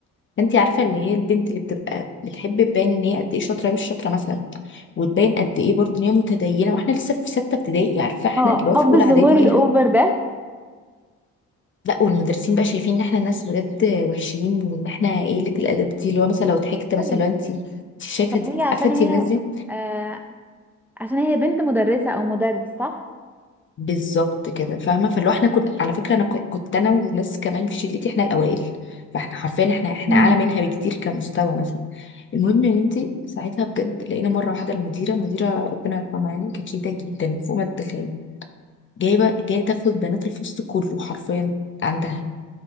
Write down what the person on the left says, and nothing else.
فانت عارفه اللي هي البنت اللي بتبقى بتحب تبان ان هي قد ايه شاطره مش شاطره مثلا وتبين قد ايه برضه ان هي متدينه واحنا لسه في سته ابتدائي عارفه احنا
اللي هو
في اولى
اعدادي
ايه الهبل
لا والمدرسين بقى شايفين ان احنا ناس بجد وحشين وان احنا قله الادب دي اللي هو مثلا لو ضحكت
مثلا لو انت انت شايفه
دي
عارفه انت
الناس دي
بالظبط كده فاهمه فاللي هو احنا كنت على فكره انا ك- كنت انا وناس كمان في شلتي احنا الاوائل فاحنا حرفيا احنا احنا
اعلى منها بكتير كمستوى مثلا المهم يا بنتي ساعتها بجد لقينا مره واحده المديره مديره ربنا يرحمها يعني كانت شديده جدا فوق ما تتخيلي جايبه جايه تاخد بنات الفصل كله حرفيا عندها